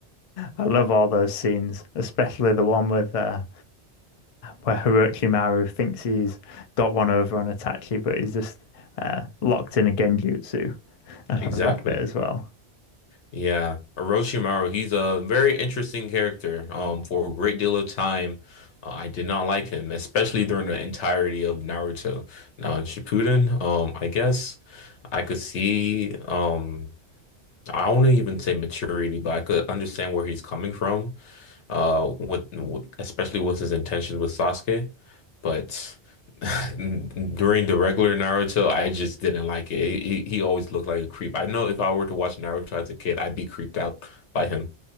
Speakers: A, on the left (about 55°); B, on the left (about 85°).
A: I love all those scenes, especially the one with uh, where Hiroki Maru thinks he's got one over on Itachi, but he's just uh, locked in a genjutsu. I
B: Exactly.
A: love that bit as well.
B: Yeah, Orochimaru, he's a very interesting character. Um, for a great deal of time, uh, I did not like him, especially during the entirety of Naruto. Now in Shippuden, um, I guess I could see, um, I wouldn't even say maturity, but I could understand where he's coming from uh with, with especially with his intentions with Sasuke. But <laughs> during the regular Naruto, I just didn't like it. He, he always looked like a creep. I know if I were to watch Naruto as a kid, I'd be creeped out by him.